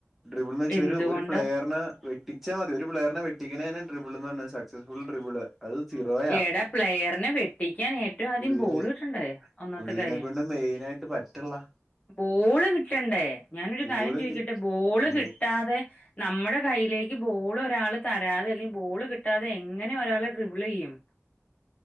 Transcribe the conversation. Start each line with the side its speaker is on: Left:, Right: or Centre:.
Centre: ഡ്രിബിൾന്ന് വെച്ച
Left: എന്തുകൊണ്ടാ
Centre: ഒരു ഒരു പ്ലെയറിനെ വെട്ടിച്ച മതി ഒരു പ്ലയറിനെ വെട്ടിക്കണേനെ ട്രിബിൾന്ന് പറഞ്ഞ സക്സസ്ഫുൾ ട്രബിള് അത് ചിറോയാ
Left: എടാ പ്ലെയറിനെ വെട്ടിക്കാൻ ഏറ്റവും ആദ്യം
Centre: ഉള്ള്
Left: ബോള് കിട്ടണ്ടേ ഒന്നാമത്തെ
Centre: ഉള്ളിനെ
Left: കാര്യം
Centre: കൊണ്ട് മെയിനായിട്ട് പറ്റ് ള്ളാ
Left: ബോള് കിട്ടണ്ടേ ഞാനൊരു
Centre: ബോള്
Left: കാര്യം ചോദിക്കട്ടെ
Centre: കി
Left: ബോള്
Centre: ബോ
Left: കിട്ടാതെ നമ്മുടെ കൈയിലേക്ക് ബോൾ ഒരാൾ തരാതെ അല്ലെങ്കി ബോൾ കിട്ടാതെ എങ്ങനെ ഒരാള് ട്രിബിളെയ്യും